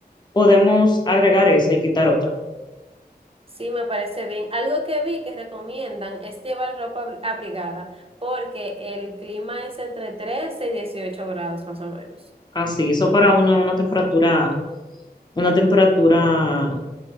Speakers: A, on the left; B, on the right.
A: podemos agregar esa y quitar otra.
B: Sí, me parece bien. Algo que vi que recomiendan es llevar ropa abri- abrigada porque el clima es entre 13 y 18 grados más o menos.
A: Así, eso para uno es una temperatura, una temperatura